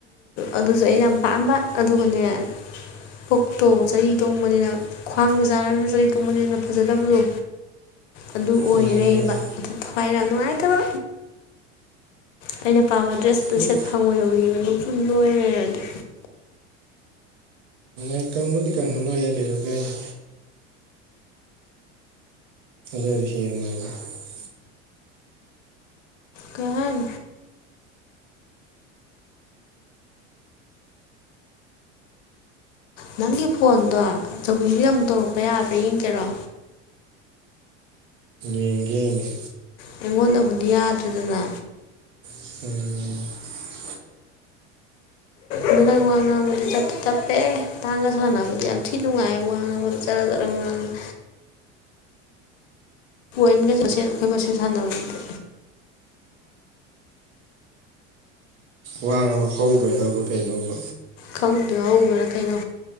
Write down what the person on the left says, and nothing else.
ꯑꯗꯨꯁꯨ ꯑꯩ ꯌꯥꯝ ꯄꯥꯝꯕ ꯑꯗꯨꯒꯅꯦ ꯑꯣꯛꯇꯣ ꯆꯔꯤ ꯇꯣꯡꯕꯅꯤꯅ ꯈ꯭ꯋꯥꯡꯗ ꯆꯥꯔꯔꯕ ꯆꯔꯤ ꯇꯣꯡꯕꯅꯤꯅ ꯐꯖꯗꯕꯗꯣ ꯑꯗꯨ ꯑꯣꯏꯔꯦꯕ
ꯑꯗꯨ ꯊꯋꯥꯏ ꯌꯥꯝ ꯅꯨꯡꯉꯥꯏꯇꯕ ꯑꯩꯅ ꯄꯥꯝꯕ ꯗ꯭ꯔꯦꯁꯇꯨꯗ
ꯁꯦꯠ ꯐꯪꯕ ꯌꯧꯕ ꯅ ꯁꯨꯝ ꯂꯣꯏꯔꯦ ꯑꯗꯨꯗꯤ
ꯀꯍꯟ ꯅꯪꯒꯤ ꯐꯣꯟꯗꯣ ꯑꯆꯧꯕꯤꯗꯤ ꯑꯃꯨꯛ ꯇꯧꯔꯛꯄ ꯌꯥꯕ꯭ꯔꯥ ꯌꯦꯡꯒꯦꯔꯣ
ꯑꯩꯉꯣꯟꯗꯕꯨꯗꯤ ꯌꯥꯗ꯭ꯔꯦꯗꯅ
ꯎ ꯅꯪ ꯋꯥ ꯉꯥꯡꯕꯗꯤ ꯆꯠꯇꯄꯦ ꯇꯞꯄꯦ ꯇꯥꯡꯒ ꯁꯥꯟꯅꯕꯗꯤ ꯌꯥꯝ ꯊꯤ ꯅꯨꯡꯉꯥꯏꯦ ꯋꯥ ꯉꯥꯡꯕꯗ ꯖꯔ ꯖꯔꯒ ꯉꯥꯡ ꯑ ꯄꯣꯏꯟꯒ ꯆꯠꯁꯦ ꯑꯩꯈꯣꯏ ꯃꯁꯦꯜ ꯁꯥꯟꯅꯕ ꯅꯗꯦ
ꯈꯪꯗꯦꯣ ꯍꯧꯕꯔꯥ ꯀꯩꯅꯣ